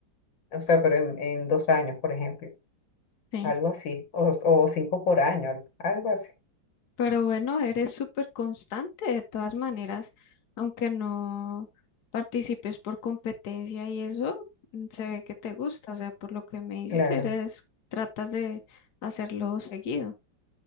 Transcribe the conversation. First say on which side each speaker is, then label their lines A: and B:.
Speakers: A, on the left; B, on the left.
A: O sea, pero en, en dos años, por ejemplo,
B: Sí.
A: algo así, o, o cinco por año, al- algo así.
B: Pero bueno, eres súper constante de todas maneras, aunque no participes por competencia y eso mm, se ve que te gusta. O sea, por lo que me dices,
A: Claro,
B: eres, tratas de hacerlo seguido.